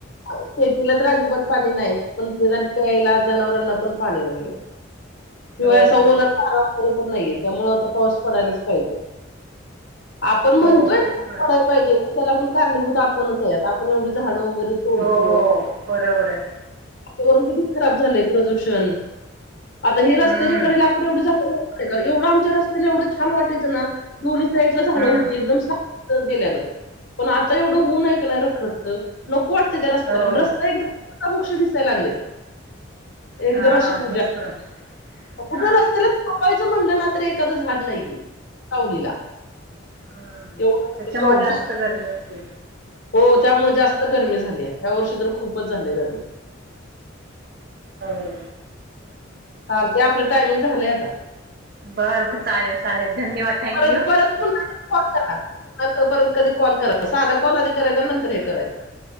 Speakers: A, on the left; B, on the right.
A: शेतीला तर आजीब पाणी नाही पण प्यायला जनावरांना पण पाणी नाहीय शिवाय
B: हो
A: असा
B: हो
A: ओला <unintelligible> पण नाहीये त्यामुळे आता पाऊस पडायलाच पाहिजे आपण म्हणतोय
B: हो तेच
A: पडयला
B: ना
A: पाहिजे. पण त्याला आपण कारणीभूत आपणच आहे आपण एवढी झाडं वगैरे तोडतो.
B: हो बरोबर आहे.
A: वरण किती खराब झालंय प्रदूषण, आता हे रस्त्याच्याकडे
B: हम्म
A: ला <unintelligible> एवढं आमच्या रस्त्याला एवं छान वाटयचं ना दो साईड ला झाडं
B: हम्म
A: होती एकदम गेल्यागत, पण आता एवढं ऊन ऐ का नाही रखरखत नको वाटते त्या रस्त्याला
B: हो
A: रस्ता एक <unintelligible> दिसाय लागलय. एकदम
B: हा
A: असे उजा,
B: तेच ना
A: कुठ
B: हा
A: रसत्या ला आपपायचं म्हणलं ना तर एखादं झाड नाहीये, सावलीला.
B: हम्म
A: तेवढा
B: त्याच्यामुळे
A: ते प्रॉब्लेम
B: जास्त गरमी होते
A: हो त्यामुळे जास्त गर्मी झाल्या ह्या वर्षी तर खूपच झाल्या गरमी.
B: हो.
A: चालतंय आपलं टायमिंग झालंय आता.
B: बर बर चालेल चालेल धन्यवाद थँक
A: परत
B: यू.
A: परत <unintelligible> परत कधी कॉल करा साधा कॉल आधी करायचा नंतर हे करायच.